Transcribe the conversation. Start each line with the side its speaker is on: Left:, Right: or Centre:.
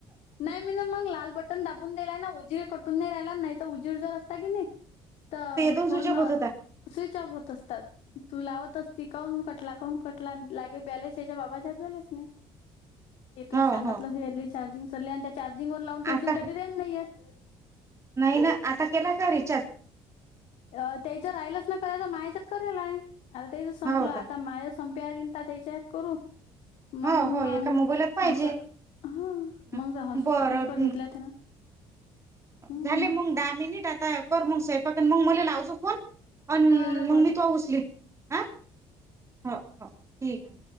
Left: नाही, मी ना मग लाल बटन दाबून दिलाय ना उजीर कटून नाही राहिला नाही तर उजीर जर असता की नाही.
Right: <inaudible>
Left: तर
Right: दोन
Left: फोन
Right: स्विच ऑफ होत होता.
Left: स्विच ऑफ होत असतात. तू लावत असती काऊन कटला काऊन कटला लागे बैलेंस याच्या बाबाच्यात बैलेंसच नाही. ये तु
Right: हो
Left: सांगतल
Right: हो
Left: यातली चार्जिंग सरली आणि त्या चार्जिंग वर लावून ठेवशील
Right: आता
Left: तरी रेंज नाही येत.
Right: नाही ना आता केला का रिचार्ज?
Left: अ त्याच्या राहिलच ना करायच तर माया याच्यात केलेलाय आता तेच संपल
Right: हो
Left: आता
Right: का
Left: माझ्या संप प्यारीता त्याच्याप करू मंग
Right: हो हो
Left: मंग
Right: एका मोबाईलात पाहिजे
Left: अस. हां
Right: हं,
Left: मग हॉटस्पॉट
Right: बरं
Left: बिटस्पॉट
Right: हं,
Left: घेतले ते ना. हम्म
Right: झाले मग दहा मिनिट आता कर मग स्वयंपाकन मग मला लाव तु फोन. अं
Left: बरं
Right: मग
Left: बर
Right: मी तो उचलील हो हो हो ठीक आहे.